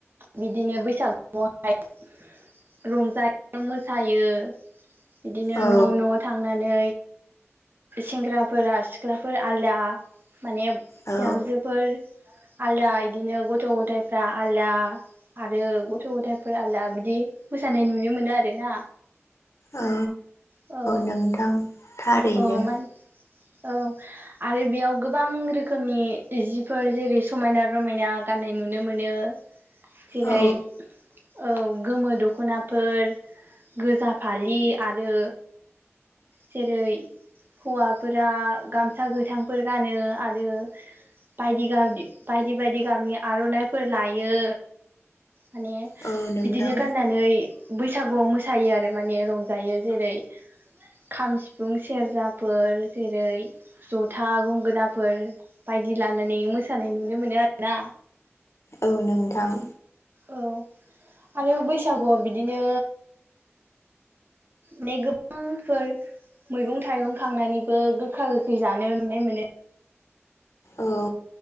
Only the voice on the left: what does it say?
औ
औ
औ
नोंथां थारैनो
औ
औ नोंथां
औ नोंथां।
औ।